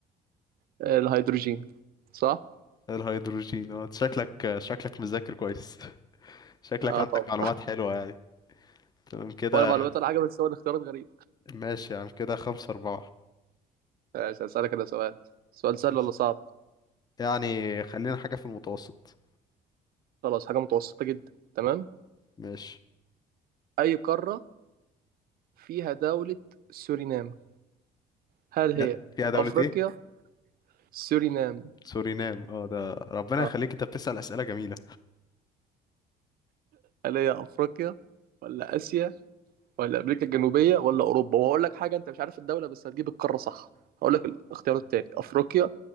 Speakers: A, on the right; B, on the left.
A: الهيدروجين صح
B: الهيدروجين اه شكلك شكلك مذاكر كويس <laughs> شكلك
A: اه
B: عندك
A: طبعا
B: معلومات حلوة يعني تمام كده
A: وانا معلوماتي الحاجه بس هو الاختيارات غريب
B: ماشي يا عم كده خمسة أربعة
A: ماشي هسألك انا سؤال سؤال سهل
B: يس
A: ولا صعب
B: يعني خلينا حاجة في المتوسط
A: خلاص حاجه متوسطه جدا تمام
B: ماشي
A: اي قاره فيها دوله سورينام هل
B: يا
A: هي
B: يا دولة
A: افريقيا
B: ايه؟
A: سورينام
B: سورينام اه ده ربنا
A: اه
B: يخليك انت بتسأل أسئلة جميلة
A: هل هي افريقيا ولا اسيا ولا امريكا الجنوبيه ولا اوروبا وهقول لك حاجه انت مش عارف الدوله بس هتجيب القاره صح هقول لك الاختيار التاني افريقيا